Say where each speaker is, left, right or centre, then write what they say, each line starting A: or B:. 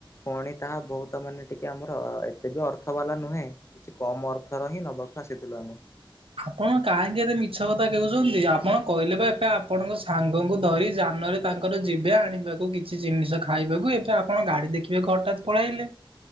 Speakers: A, on the left; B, on the right.
A: ପୁଣି ତାହା ବହୁତ ମାନେ ଟିକେ ଆମର ଏତେ ବି ଅର୍ଥ ବାଲା ନୁହେଁ କିଛି, କମ୍ ଅର୍ଥର ହିଁ ନେବାକୁ ଆସିଥିଲୁ ଆମେ,
B: ଆପଣ କାହିଁକି ଏତେ ମିଛ କଥା କେହୁଛନ୍ତି ଆପଣ କହିଲେ ବା ଏବେ ଆପ୍ ଆପଣଙ୍କ ସାଙ୍ଗଙ୍କୁ ଦଇ ଯାନରେ ତାଙ୍କର ଯିବେ ଆଣିବାକୁ କିଛି ଜିନିଷ ଖାଇବାକୁ ଏବେ ଆପଣ ଗାଡ଼ି ଦେଖିବାକୁ ହଠାତ୍ ପଳାଇଲେ,